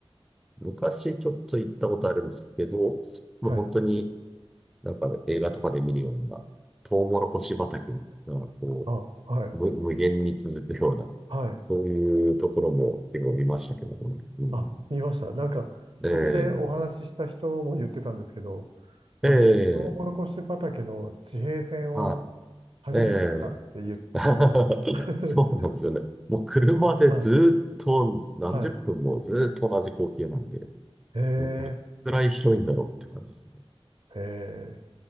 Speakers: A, in the centre; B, on the right.
A: 昔ちょっと行ったことあるんですけど、もう本当に
B: はい、
A: なんか映画とかで見るような、トウモロコシ畑がこ
B: あ、はい、
A: 無、無限に続くような、
B: はい、
A: そういうところも結構見ましたけどもね。うん。
B: あ、見ました。なんか、
A: え
B: ここでお話しした人も言ってたんですけど、
A: え、
B: あの、
A: え
B: トウモロコシ畑の地平線を
A: え、は
B: 初めて見たって言って、
A: い。ええ、<laughs>
B: <laughs>
A: そうなんですよね。もう車でずっと何十分もずっと同じ光景なんで、
B: はい、<laughs> はい、え
A: もうこれくらい広いんだろうって感じですね。
B: え、ええ